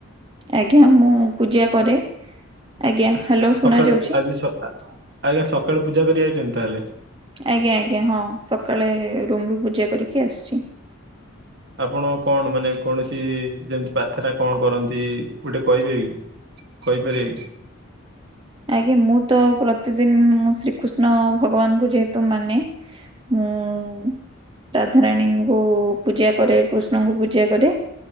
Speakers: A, on the right; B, on the right.
A: ଆଜ୍ଞା ମୁଁ ପୂଜା କରେ। ଆଜ୍ଞା
B: ସ୍
A: ହ୍ୟାଲୋ ଶୁଣା
B: ସକାଳୁ
A: ଯାଉଛି?
B: ଆଜି ଆଜ୍ଞା ସକାଳୁ ପୂଜା କରି ଆଇଛନ୍ତି ତାହେଲେ?
A: ଆଜ୍ଞା ଆଜ୍ଞା ହଁ ସକାଳେ ରୁମ୍ ରୁ ପୂଜା କରିକି ଆସିଛି।
B: ଆପଣ କଣ ମାନେ କୌଣସି ଯେମିତି ପ୍ରାର୍ଥନା କଣ କରନ୍ତି ଗୋଟେ କହିବେ କି? କହିପାରିବେ।
A: ଆଜ୍ଞା ମୁଁ ତ ପ୍ରତିଦିନି ମୁ ଶ୍ରୀକୃଷ୍ଣ ଭଗବାନଙ୍କୁ ଯେହେତୁ ତ ମାନେ ଉଁ ଉଁ ତାଧାରାଣୀଙ୍କୁ ପୂଜା କରେ କୃଷ୍ଣଙ୍କୁ ପୂଜା କରେ